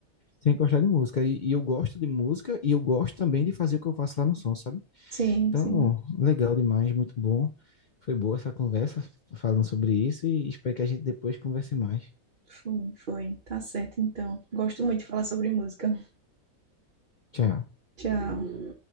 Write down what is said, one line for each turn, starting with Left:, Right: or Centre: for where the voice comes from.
Left: Tem que gostar de música. E, e eu gosto de música e eu gosto também de fazer o que eu faço lá no som, sabe?
Right: Sim,
Left: Então,
Right: sim.
Left: legal demais, muito bom. Foi boa essa conversa falando sobre isso e espero que a gente depois converse mais.
Right: Foi, foi. Tá certo, então. Gosto muito de falar sobre música.
Left: Tchau.
Right: Tchau.